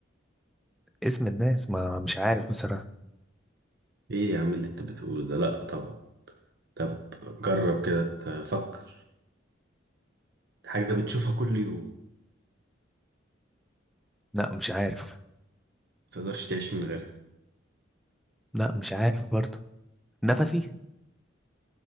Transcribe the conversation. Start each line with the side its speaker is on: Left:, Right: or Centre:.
Centre: اسم الناس ما مش عارف بصراحه
Right: ايه يا عم اللي انت بتقوله ده لا طبعا طب جرب كده تفكر حاجة بتشوفها كل يوم
Centre: لا مش عارف
Right: ما تقدرش تعيش من غيرها
Centre: لا مش عارف برضه نفسي